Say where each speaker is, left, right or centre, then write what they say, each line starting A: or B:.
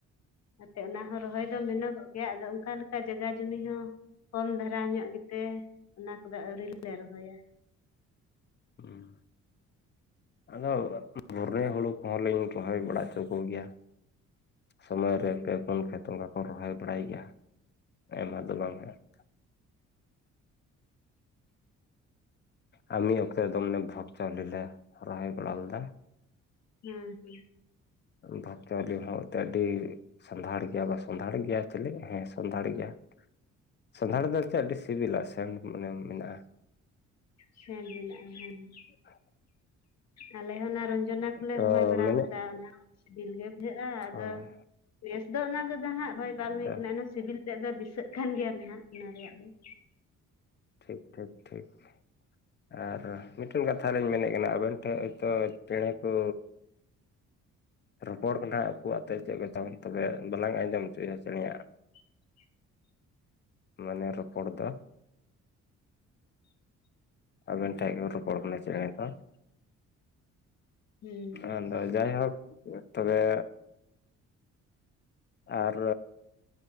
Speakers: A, on the left; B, on the left.
A: ᱚᱱᱟᱛᱮ ᱚᱱᱟ ᱦᱚᱸ ᱨᱚᱦᱚᱭ ᱫᱚ ᱢᱮᱱᱚᱜᱚᱜ ᱾ ᱜᱮᱭᱟ ᱟᱫᱚ ᱚᱱᱠᱟ ᱞᱮᱠᱟ ᱡᱟᱭᱜᱟ ᱡᱚᱢᱤ ᱦᱚᱸ ᱠᱚᱢ ᱫᱷᱟᱨᱟ ᱧᱚᱜ ᱜᱮᱛᱮ ᱚᱱᱟ ᱠᱚᱫᱚ ᱟᱹᱣᱨᱤᱞᱮ ᱨᱚᱦᱚᱭᱟ ᱾
B: ᱦᱩᱸ ᱟᱫᱚ ᱵᱷᱚᱨᱮ ᱦᱩᱲᱩ ᱠᱚᱦᱚᱸ ᱞᱤᱧ ᱨᱚᱦᱚᱭ ᱵᱟᱲᱟ ᱦᱚᱪᱚ ᱠᱚᱜᱮᱭᱟ ᱥᱚᱢᱚᱭ
A: ᱦᱮᱸ
B: ᱨᱮ ᱯᱮ ᱯᱚᱱ ᱠᱷᱮᱛ ᱚᱱᱠᱟ ᱠᱚ ᱨᱚᱦᱚᱭ ᱵᱟᱲᱟᱭ ᱜᱮᱭᱟ ᱟᱭᱢᱟ ᱫᱚ ᱵᱟᱝ ᱦᱟᱸᱜ ᱾ ᱟᱨ ᱱᱤᱭᱟᱹ ᱚᱠᱛᱮ ᱫᱚ ᱵᱷᱚᱜ ᱪᱟᱣᱞᱮ ᱨᱚᱦᱚᱭ ᱵᱟᱲᱟ ᱞᱮᱫᱟ ᱾
A: ᱦᱩᱸ ᱦᱩᱸ ᱾
B: ᱵᱷᱟᱜ ᱪᱟᱣᱞᱮ ᱦᱚᱸ ᱟᱹᱰᱤ ᱥᱟᱱᱫᱷᱟᱲ ᱜᱮᱭᱟ ᱵᱟᱝ ᱥᱚᱸᱫᱷᱟᱲ ᱜᱮᱭᱟ ᱪᱚᱞᱮ ᱦᱮᱸ ᱥᱚᱸᱫᱷᱟᱲ ᱜᱮᱭᱟ ᱾ ᱥᱟᱸᱫᱷᱟᱲ ᱫᱚ ᱪᱮᱫ ᱟᱹᱰᱤ ᱥᱤᱵᱤᱞᱟ ᱥᱮᱱᱴ ᱢᱟᱱᱮ ᱢᱮᱱᱟᱜᱼᱟ ᱾
A: ᱥᱮᱸᱰ ᱦᱮᱱᱟᱜᱼᱟ ᱦᱮᱸ ᱾
B: <inaudible>
A: ᱟᱞᱮ ᱦᱚᱸ ᱚᱱᱟ ᱨᱚᱱᱡᱚᱱᱟ ᱠᱚᱞᱮ
B: ᱛᱚ
A: ᱨᱚᱦᱚᱭ ᱵᱟᱲᱟ
B: ᱢᱮᱱᱮᱫ
A: ᱟᱠᱟᱫᱟ, ᱚᱱᱟ ᱥᱤᱵᱤᱞ ᱜᱮ ᱵᱩᱡᱷᱟᱹᱜᱼᱟ ᱟᱫᱚ
B: ᱦᱳᱭ
A: ᱱᱮᱥ ᱫᱚ ᱚᱱᱟ ᱫᱚ ᱫᱟ ᱦᱟᱸᱜ ᱨᱚᱦᱚᱭ ᱵᱟᱝ ᱦᱩᱭ
B: ᱦᱳᱭ
A: ᱠᱟᱱᱟ ᱾ ᱥᱤᱵᱤᱞ ᱛᱮᱫ ᱫᱚ ᱫᱤᱥᱟᱹᱜ ᱠᱟᱱ ᱜᱮᱭᱟ ᱱᱟᱦᱟᱜ ᱚᱱᱟ ᱨᱮᱭᱟᱜ ᱫᱚ ᱾
B: ᱴᱷᱤᱠ ᱴᱷᱤᱠ ᱴᱷᱤᱠ ᱾ ᱟᱨ ᱢᱤᱫᱴᱮᱱ ᱠᱟᱛᱷᱟ ᱞᱤᱧ ᱢᱮᱱᱮᱫ ᱠᱟᱱᱟ ᱟᱵᱮᱱ ᱴᱷᱮᱱ ᱦᱚᱭᱛᱚ ᱪᱮᱸᱬᱮ ᱠᱚ
A: <inaudible>
B: ᱨᱚᱯᱚᱲ ᱠᱟᱱᱟ ᱟᱠᱚᱣᱟᱜ ᱛᱮ ᱪᱮᱫ ᱠᱟᱛᱮ ᱛᱚᱵᱮ ᱵᱟᱞᱟᱝ ᱟᱸᱡᱚᱢ ᱦᱚᱪᱚᱭ ᱪᱮᱸᱬᱮ ᱟᱜ
A: <inaudible>
B: ᱢᱟᱱᱮ ᱨᱚᱯᱚᱲ ᱫᱚ
A: <inaudible>
B: ᱟᱵᱮᱱ ᱴᱷᱮᱡ ᱜᱮ ᱨᱚᱯᱚᱲ ᱠᱟᱱᱟ ᱪᱮᱸᱬᱮ ᱠᱚ ᱾
A: ᱦᱩᱸ
B: ᱟᱫᱚ ᱡᱟᱭᱦᱳᱠ ᱛᱚᱵᱮ ᱟᱨ